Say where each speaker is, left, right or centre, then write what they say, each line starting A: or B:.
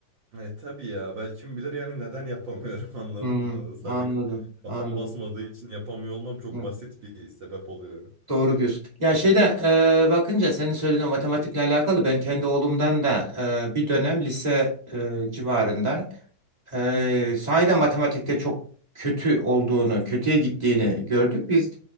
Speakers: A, on the right (about 50°); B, on the right (about 15°).
A: E tabii ya belki kim bilir yani neden yapamıyorum <laughs> anladın
B: Hı,
A: mı? Sadece
B: anladım,
A: kafam
B: anladım.
A: basmadığı için yapamıyor olmam çok
B: Hı,
A: basit bir sebep oluyor.
B: doğru diyorsun. Ya şeyde e, bakınca senin söylediğin matematikle alakalı ben kendi oğlumdan da e, bir dönem lise e, civarında. e, sahiden matematikte çok kötü olduğunu, kötüye gittiğini gördük. Biz